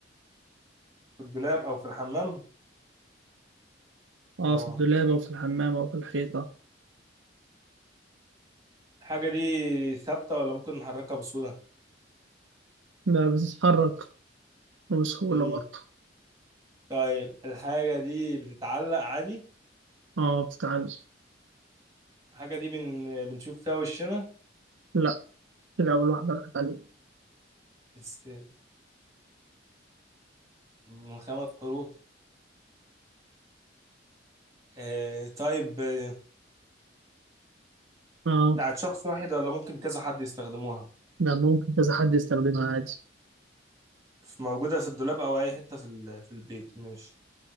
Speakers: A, on the right; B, on the right.
A: في الدولاب أو في الحمام
B: اه
A: أه
B: في الدولاب او في الحمام او في الحيطة
A: الحاجة دي ثابتة ولا ممكن نحركها بسهولة؟
B: لا بتتحرك وبسهولة
A: مم.
B: برضه
A: طيب الحاجة دي بتتعلق عادي
B: اه بتتعلم
A: الحاجة دي بن... بنشوف فيها وشنا
B: لا كده أول واحدة راحت عليك
A: است... من خمس حروف آه طيب آه،
B: اه
A: بتاعت شخص واحد ولا ممكن كذا حد يستخدموها؟
B: ده ممكن كذا حد يستخدمها عادي
A: موجودة في الدولاب أو أي حتة في ال- في البيت ماشي